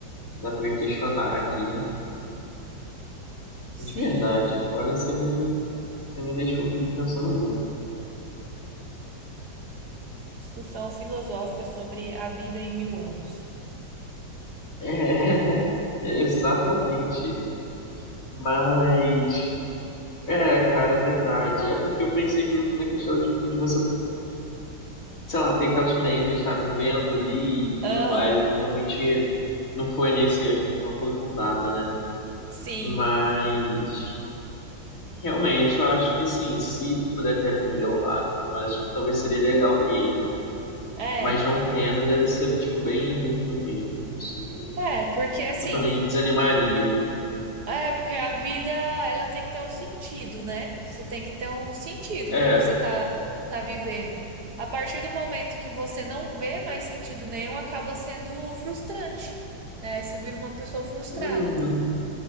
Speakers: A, on the left; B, on the right.
A: dá pra questionar aqui, hein?
B: Sim,
A: De verdade. Agora você me, você me deixou pensando muito.
B: discussão filosófica sobre a vida em mil anos.
A: É, <laughs> é, exatamente. Mas, é, cara, é verdade. É porque eu pensei muito na questão de, de você, sei lá, ter aquela experiência de estar vivendo ali e
B: Aham,
A: tudo mais. Eu não realmente, não foi nesse tão aprofundada, né?
B: sim.
A: Mas, Realmente, eu acho que sim, se puder ter a família ao lado, mas talvez seria legal mesmo, né?
B: É,
A: Mas não tendo,
B: por...
A: deve ser, tipo, bem, bem ruim mesmo, assim.
B: é, porque assim,
A: Eu também desanimaria.
B: É, porque a vida, ela tem que ter um sentido, né? Você tem que ter um sentido
A: É,
B: para você tá, tá vivendo. A partir do momento que você não vê mais sentido nenhum, acaba sendo frustrante, né? Aí você vira uma pessoa frustrada.
A: uhum,